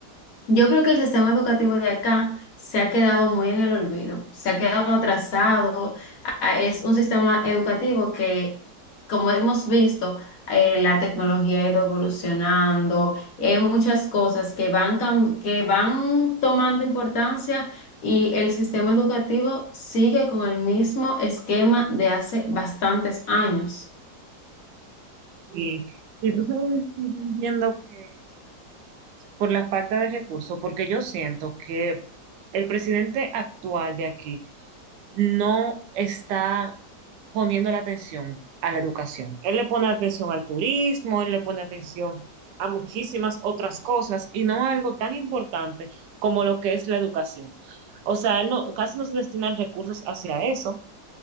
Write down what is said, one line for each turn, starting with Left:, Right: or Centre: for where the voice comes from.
Left: Yo creo que el sistema educativo de acá se ha quedado muy en el olvido, se ha quedado atrasado. Ah, Es un sistema educativo que, como hemos visto, eh, la tecnología ha ido evolucionando, hay muchas cosas que van, cam- que van tomando importancia y el sistema educativo sigue con el mismo esquema de hace bastantes años.
Right: Y, y tú sabes que yo entiendo que eso por la falta de recursos, porque yo siento que el presidente actual de aquí no está poniendo la atención a la educación. Él le pone atención al turismo, él le pone atención a muchísimas otras cosas y no a algo tan importante como lo que es la educación. O sea, él no, casi no se destinan recursos hacia eso.